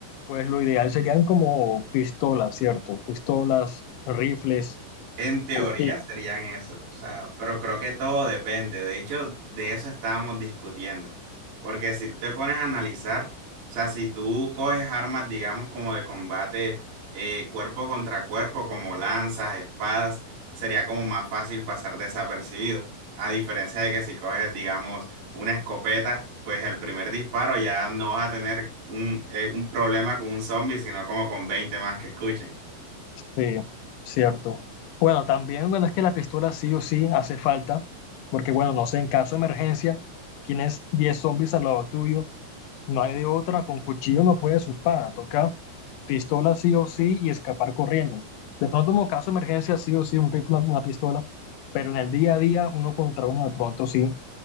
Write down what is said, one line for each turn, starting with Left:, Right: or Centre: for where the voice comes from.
Left: Pues lo ideal serían como pistolas, ¿cierto? Pistolas, rifles.
Right: En teoría
Left: cuchillos.
Right: serían eso, o sea, pero creo que todo depende. De hecho, de eso estábamos discutiendo. Porque si tú te pones a analizar, o sea, si tú coges armas, digamos, como de combate eh, cuerpo contra cuerpo, como lanzas, espadas, sería como más fácil pasar desapercibido. A diferencia de que si coges, digamos, una escopeta, pues el primer disparo ya no vas a tener un, eh, un problema con un zombie, sino como con 20 más que escuchen.
Left: Sí, cierto. Bueno, también, bueno, es que la pistola sí o sí hace falta, porque bueno, no sé, en caso de emergencia, tienes 10 zombies al lado tuyo, no hay de otra, con cuchillo no puedes su espada, toca pistola sí o sí y escapar corriendo. De pronto, como caso de emergencia, sí o sí, un rifle, una pistola, pero en el día a día, uno contra uno, de pronto sí,